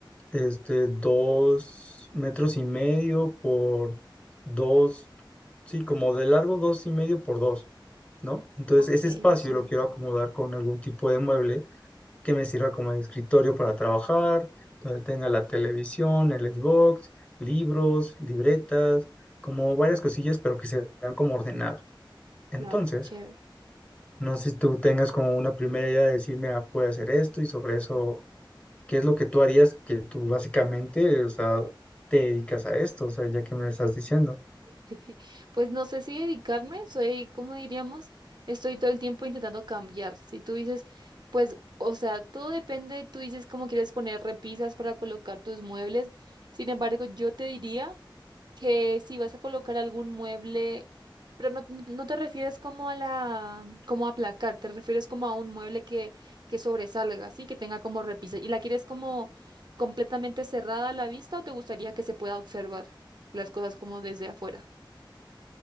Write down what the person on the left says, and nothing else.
este, dos metros y medio por dos, sí, como de largo dos y medio por dos. ¿no? Entonces,
ese espacio
lo quiero acomodar con algún tipo de mueble que me sirva como de escritorio para trabajar, donde tenga la televisión, el Xbox, libros, libretas, como varias cosillas, pero que se vean como ordenado. Entonces,
no sé si tú tengas como una primera idea de decirme, ah, puede hacer esto y sobre eso, ¿qué es lo que tú harías que tú básicamente, o sea, te dedicas a esto, o sea, ya que me estás diciendo?